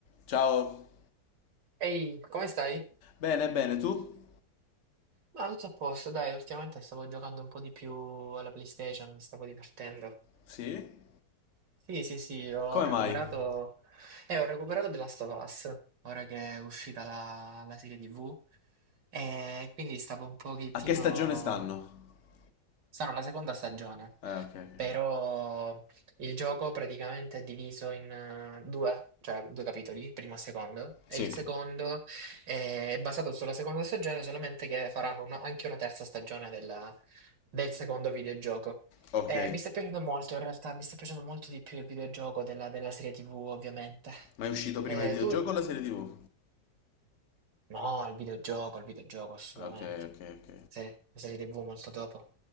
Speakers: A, on the left; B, on the right.
A: Ciao.
B: Ehi, come stai?
A: Bene, bene, tu?
B: Ma tutto a posto, dai, ultimamente stavo giocando un po' di più alla PlayStation, mi stavo divertendo.
A: Sì?
B: Sì, sì, sì, ho
A: Come
B: recuperato...
A: mai?
B: Eh, ho recuperato The Last of Us, ora che è uscita la, la serie TV, e quindi stavo un pochettino...
A: A che stagione stanno?
B: Sono la seconda stagione,
A: Eh, ok, ok.
B: però il gioco praticamente è diviso in eh, due, cioè due capitoli, primo e secondo, e
A: Sì.
B: il secondo è basato sulla seconda stagione, solamente che faranno una- anche una terza stagione della- del secondo videogioco.
A: Ok.
B: Eh, mi sta piacendo molto, in realtà mi sta piacendo molto di più il videogioco della, della serie TV, ovviamente.
A: Ma è uscito prima
B: Eh,
A: il videogioco
B: tu?
A: o la serie TV?
B: No, il videogioco, il videogioco, assolutamente.
A: Ok, ok, ok.
B: Sì, la serie TV molto dopo.